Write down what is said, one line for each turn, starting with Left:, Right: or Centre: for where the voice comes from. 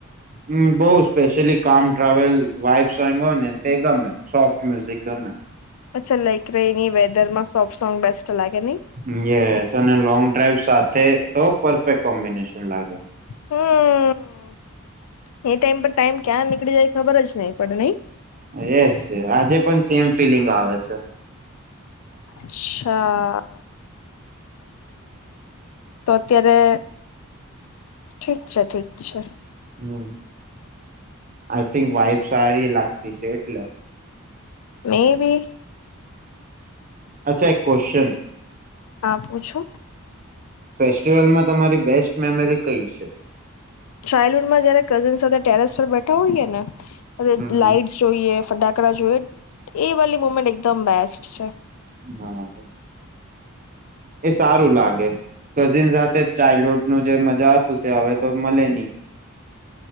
Right: હમ્મ, બઉ સ્પેશ્યયલી કામ ટ્રાવેલ વાઈબસ. કઈ મને તે ગમે સોફ્ટ. મ્યુઝિક ગમે.
Left: અચ્છા લાઈક રેની વેધરમાં સોફ્ટ સોંગ બેસ્ટ લાગે નહી
Right: હમ્મ, એેસ. લોંગ ડ્રાઈવ સાથે તો પરફેક્ટ કોમ્બિનેશન લાગે.
Left: હમ્મ, એ ટાઈમ પર ટાઈમ ક્યાં નીકળી જાય ખબર જ નહી પડે નહી.
Right: યસ આજે પણ સેમ ફિલિંગ આવે છે.
Left: અચ્છા. તો અત્યારે ઠીક છે ઠીક છે.
Right: હમ આઈ થિંક વાઈફ સારી લાગતી છે. એટલે
Left: મે બી
Right: અચ્છા એક કો્ેશ્ચન?
Left: હા પૂછો.
Right: ફેસ્ટિવલમાં તમારી બેસ્ટ મેમરી કઈ છે.
Left: ચાઇલ્ડહુડમાં જયારે કઝિન સાથે ટેરેસ પર બેઠા હોઈએ ને
Right: હમ હમ
Left: લાઈટસ જોઈએ ફટાક જોઈ એ વલી મુમેન્ટ એકદમ બેસ્ટ છે.
Right: હા એ સારું લાગે કઝિન સાથે ચાઇલ્ડહુડ નું જે મજા હતું તે હવે તો મળે નહી.